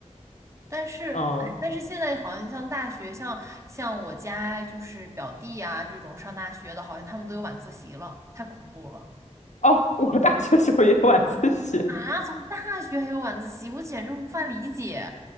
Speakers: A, on the right (about 25°); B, on the left (about 80°).
A: 但是，
B: 嗯，
A: 哎但是现在好像像大学，像像我家就是表弟啊这种上大学的，好像他们都有晚自习了，太恐怖了
B: 哦，我大学时候也有晚自习，
A: 啊！怎么大学还有晚自习？我简直无法理解。